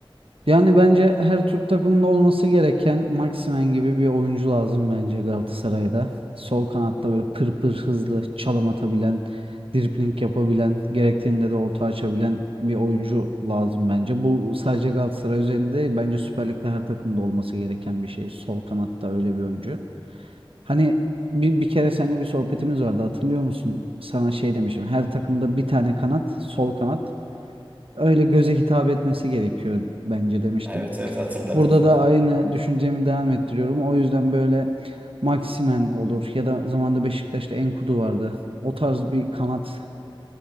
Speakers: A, on the right; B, on the right.
A: Yani bence her Türk takımında olması gereken Maximen gibi bir oyuncu lazım bence Galatasaray'da. Sol kanatta böyle pır pır hızlı çalım atabilen, dribling yapabilen, gerektiğinde de orta açabilen bir oyuncu lazım bence. Bu sadece Galatasaray üzerinde değil, bence Süper Lig'de her takımda olması gereken bir şey. Sol kanatta öyle bir oyuncu. Hani bir, bir kere seninle bir sohbetimiz vardı hatırlıyor musun? Sana şey demiştim. Her takımda bir tane kanat, sol kanat öyle göze hitap etmesi gerekiyor bence demiştim.
B: Evet evet hatırladım.
A: Burada da
B: <laughs>
A: aynı düşüncemi devam ettiriyorum. O yüzden böyle Maximen olur ya da zamanda Beşiktaş'ta Enkudu vardı. O tarz bir kanat